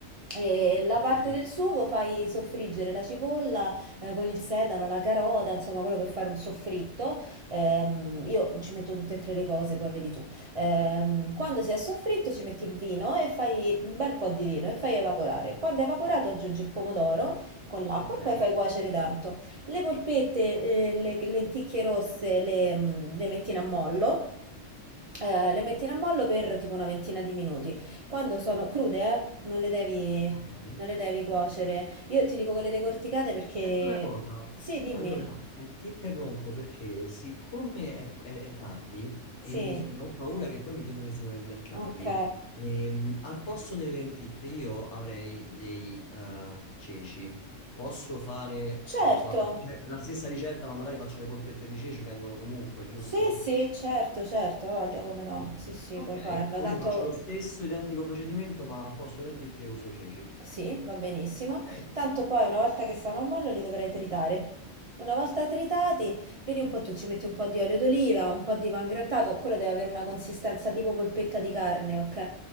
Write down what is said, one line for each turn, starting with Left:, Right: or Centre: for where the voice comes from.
Right: E la
Left: Ok,
Right: parte del sugo fai soffriggere la cipolla eh, con il sedano, la carota, insomma, quello per fare un soffritto. Ehm, io ci metto tutte e tre le cose, poi vedi tu. Ehm, quando si è soffritto, ci metti il vino e fai un bel po' di vino e fai evaporare. Quando è evaporato, aggiungi il pomodoro con l'acqua
Left: ok,
Right: e poi fai cuocere tanto. Le polpette, eh, le lenticchie rosse le, mm, le metti in ammollo, eh, le metti in ammollo per tipo una ventina di minuti. Quando sono crude, eh, non le devi,
Left: ok.
Right: non le devi cuocere. Io ti dico quelle decorticate perché...
Left: Senti una cosa,
Right: Sì, dimmi.
Left: allora eh, ti interrompo perché siccome è, è- è tardi e
Right: Sì,
Left: mi, so- mi ho paura che poi mi chiudono i supermercati,
Right: ok.
Left: ehm, al posto delle lenticchie io avrei dei eh, ceci. Posso fare
Right: Certo.
Left: eh, qualcosa- la stessa ricetta, ma magari faccio le polpette di ceci, vengono comunque, giusto?
Right: Sì, sì, certo, certo, voglio come no. Sì, sì,
Left: Ok,
Right: puoi
Left: ok,
Right: farlo.
Left: quindi
Right: Tanto...
Left: faccio lo stesso identico procedimento, ma al posto delle lenticchie uso i ceci.
Right: Sì, va benissimo.
Left: Ok,
Right: Tanto poi una volta che sarà un mollo li dovrai tritare. Una volta tritati, vedi un po', tu ci metti un po' di olio d'oliva, un po' di pangrattato, quello deve avere una consistenza tipo polpetta di carne, ok?